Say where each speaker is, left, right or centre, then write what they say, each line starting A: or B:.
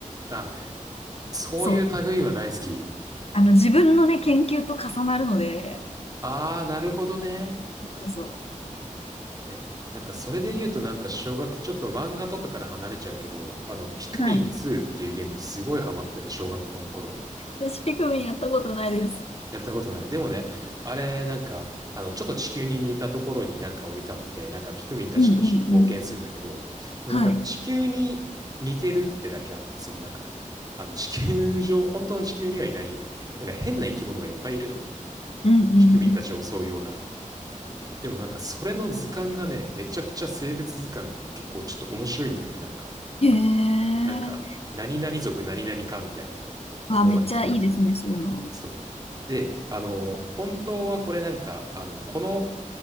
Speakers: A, on the right; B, on the left.
A: あ、そういう類は大好き。
B: そう、あの自分のね、研究と重なるので、
A: ああ、なるほどね。
B: そうそ
A: え、なんかそれで言うとなんか小学、ちょっと漫画とかから離れちゃうけど、あの、ピクミン2っていうゲームにすごいハマってて、
B: う。はい。
A: 小学校の頃。
B: 私、ピクミンやったことないです。
A: やったことない。でもね、あれ、なんか、あの、ちょっと地球に似たところになんか降り立って、なんかピクミンたちと一緒に冒険するんだけど、
B: うんうんうん。
A: なんか地球に似てるってだけあって、
B: はい。うん
A: そのなんか、あの、地球上、本当の地球にはいない、なんか変な生き物がいっぱいいるの。
B: うん
A: ピクミンたちを襲うような。でもなんかそれの図鑑がね、めちゃくちゃ生物図鑑結構ちょっと面白いんだよね。なんか、
B: うん。へえ。
A: なんか、何々族何々かみたいな
B: わあ、
A: のまで決まってて。
B: めっちゃいいですね、そういうの。
A: そう。で、あの、本当はこれなんか、あの、この